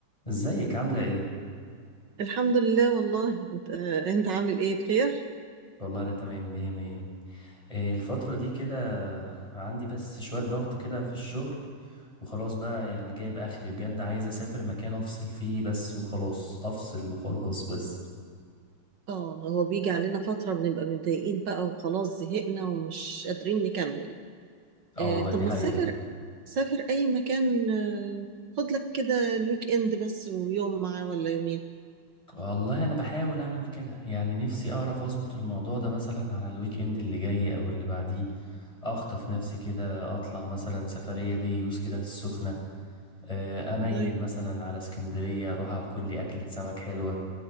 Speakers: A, on the left; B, on the right.
A: ازيك عاملة ايه؟
B: الحمد لله والله انت, آه، انت عامل ايه بخير
A: والله انا تمام مية مية إيه الفترة دي كده عندي بس شوية ضغط كده في الشغل وخلاص بقى يعني جايب اخري بجد عايز اسافر مكان افصل فيه بس وخلاص افصل وخلاص بس
B: اه هو بيجي علينا فترة بنبقى متضايقين بقى وخلاص زهقنا ومش قادرين نكمل
A: اه
B: آه
A: والله
B: طب
A: دي
B: ما
A: حقيقة
B: تسافر سافر اي مكان آه خد لك كده الويك اند بس ويوم معاه ولا يومين
A: والله انا بحاول اعمل كده يعني نفسي اعرف اظبط الموضوع ده مثلا على الويك اند اللي جاي او اللي بعديه اخطف نفسي كده اطلع مثلا سفرية دي يوز كده في السخنة آه، اميل
B: طيب
A: مثلا على اسكندرية اروح اكل لي اكلة سمك حلوة